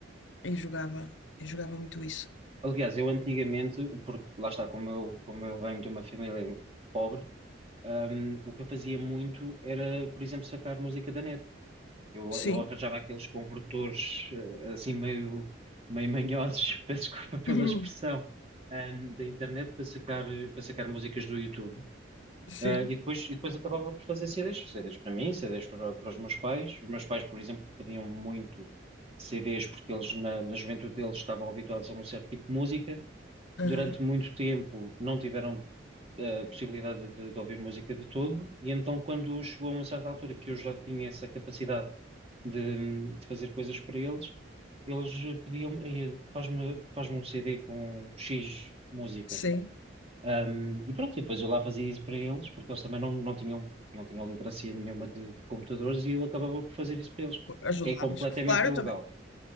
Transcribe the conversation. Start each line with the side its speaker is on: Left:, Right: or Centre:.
Left: e jogava, e jogava muito isso.
Right: Aliás, eu antigamente, porque lá está, como eu, como eu venho de uma família pobre, hum, o que eu fazia muito era, por exemplo, sacar música da net. Eu,
Left: Sim,
Right: eu arranjava aqueles convertores eh, assim meio, meio manhosos, <laughs> peço desculpa pela
Left: <laughs>
Right: expressão, hum, da internet para sacar, para sacar músicas do YouTube.
Left: sim,
Right: Ah, e depois, e depois acabava por fazer CDs, CDs para mim, CDs para, para os meus pais. Os meus pais, por exemplo, pediam muito CDs porque eles na, na juventude deles estavam habituados a um certo tipo de música
Left: aham,
Right: durante muito tempo não tiveram a possibilidade de, de ouvir música de todo, e então quando chegou a uma certa altura que eu já tinha essa capacidade de, de fazer coisas para eles, eles pediam-me, "Ei, faz-me faz-me um CD com X música.
Left: sim.
Right: Um, e pronto, e depois eu lá fazia isso para eles, porque eles também não, não tinham, não tinham literacia nenhuma de, de computadores e eu acabava por fazer isso para eles.
Left: Ajudavas.
Right: É completamente
Left: Claro,
Right: ilegal,
Left: eu também.